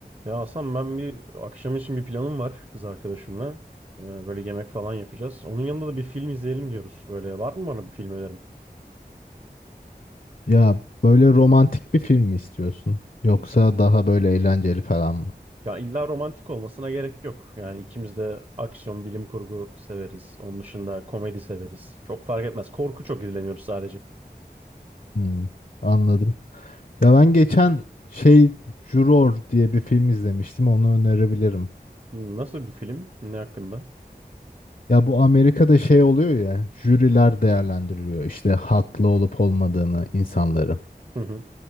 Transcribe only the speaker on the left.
Ya böyle romantik bir film mi istiyorsun? Yoksa daha böyle eğlenceli falan mı?
Hmm, anladım. Ya ben geçen şey Juror diye bir film izlemiştim. Onu önerebilirim.
Ya bu Amerika'da şey oluyor ya, jüriler değerlendiriyor işte, haklı olup olmadığını insanları.